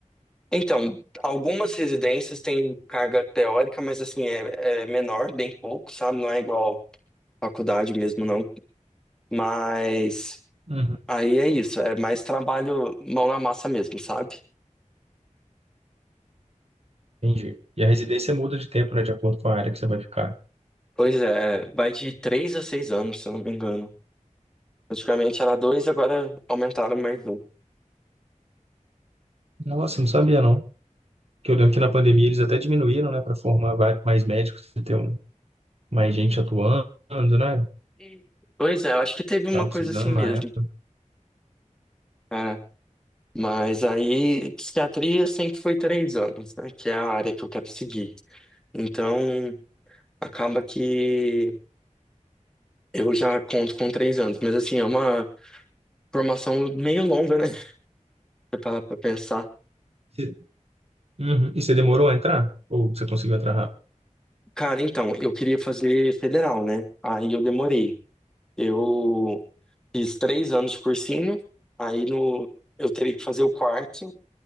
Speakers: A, in the centre; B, on the right (about 50°).
A: Então, algumas residências têm carga teórica, mas assim, é, é menor, bem pouco, sabe? Não é igual faculdade mesmo não, mas
B: Uhum.
A: aí é isso, é mais trabalho mão na massa mesmo, sabe?
B: Entendi. E a residência muda de tempo, né, de acordo com a área que você vai ficar.
A: Pois é, vai de três a seis anos, se eu não me engano. Antigamente era dois, agora aumentaram mais um.
B: Nossa, não sabia não. Porque eu lembro que na pandemia eles até diminuíram, né, para formar vai- mais médicos, pra ter um, mais gente atuando, né?
A: Hum. Pois é, eu acho que teve uma
B: Tava
A: coisa
B: precisando
A: assim mesmo.
B: na época.
A: É, mas aí psiquiatria sempre foi três anos, né? Que é a área que eu quero seguir. Então acaba que eu já conto com três anos, mas assim, é uma formação meio longa, né? <laughs> Pra, pra pensar.
B: Você- Uhum. E você demorou a entrar? Ou você conseguiu entrar rápido?
A: Cara, então, eu queria fazer federal, né? Aí eu demorei. Eu fiz três anos de cursinho, aí no, eu teria que fazer o quarto,